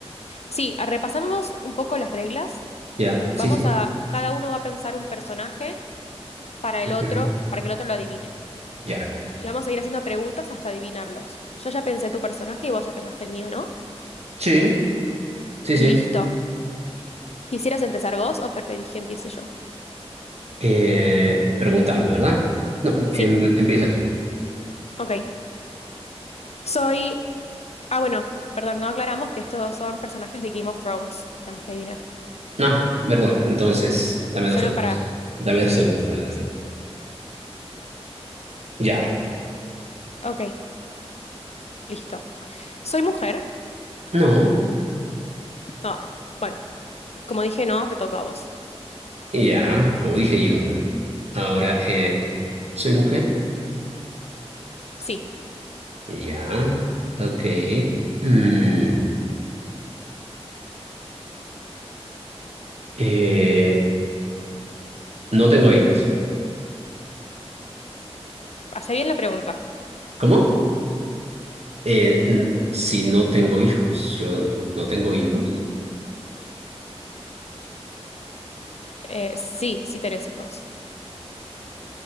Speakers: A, on the left; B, on the right.
A: sí, a- repasamos un poco las reglas.
B: Ya,
A: Vamos
B: sí, sí.
A: a, cada uno va a pensar un personaje para el
B: Ujú.
A: otro, para que el otro lo adivine.
B: Ya.
A: Y vamos a ir haciendo preguntas hasta adivinarlos. Yo ya pensé tu personaje y vos ya pensaste el mío, ¿no?
B: Sí, sí, sí.
A: Listo. ¿Quisieras empezar vos o preferís que empiece yo?
B: Eh, preguntando, ¿verdad? No,
A: Sí,
B: em, empieza tú.
A: ok. Soy... Ah, bueno, perdón, no aclaramos que estos son personajes de Game of Thrones. que Tenemos que adivinar.
B: No, perdón. Entonces, dame
A: Solo
B: dos segundos.
A: para...
B: Dame dos segundos, dame dos segundos. Ya.
A: Ok, listo. Soy mujer.
B: No,
A: Ah, bueno, como dije, no, te toca a vos.
B: ya, como dije yo. ¿no? Ahora, eh, ¿soy mujer?
A: Sí,
B: Ya. Ok. Mm. Eh, no tengo hijos.
A: hace bien la pregunta.
B: ¿Cómo? Eh, n- si no tengo hijos, yo no tengo hijos.
A: Eh, sí, sí tenés hijos.